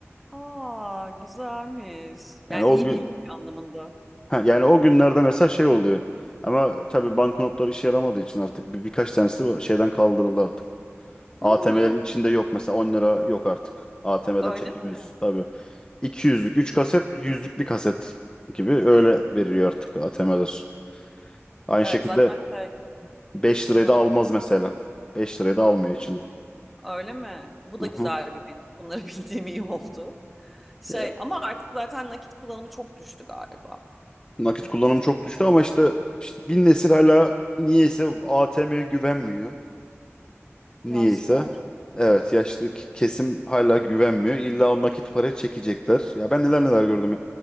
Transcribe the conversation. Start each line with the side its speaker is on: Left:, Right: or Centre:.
Centre: Aa, güzelmiş. Yani
Left: Yani o
Centre: iyi
Left: gün
Centre: bilgi anlamında.
Left: ha, yani o günlerde mesela şey oluyor. Ama tabii banknotlar işe yaramadığı için artık bir, birkaç tanesi bu şeyden kaldırıldı artık. ATM'lerin
Centre: Hmm,
Left: içinde yok mesela 10 lira yok artık. ATM'den
Centre: öyle
Left: çekemiyoruz
Centre: mi?
Left: tabii. 200'lük 3 kaset, 100'lük bir kaset gibi öyle veriliyor artık ATM'ler. Aynı
Centre: Evet
Left: şekilde
Centre: zaten şey,
Left: Beş
Centre: kullanıldı.
Left: liraya da almaz mesela. beş liraya da
Centre: Ha,
Left: almıyor içini.
Centre: öyle mi? Bu
Left: Aha.
Centre: da güzel bir bilgi. Bunları <laughs> bildiğim iyi oldu. Şey
Left: Ya,
Centre: ama artık zaten nakit kullanımı çok düştü galiba.
Left: nakit kullanımı çok düştü ama işte işte bin nesil hala niyeyse ATM'ye güvenmiyor.
Centre: Yaşlılar.
Left: Niyeyse. Evet yaşlı k- kesim hala güvenmiyor. İlla o nakit para çekecekler. Ya ben neler neler gördüm ya.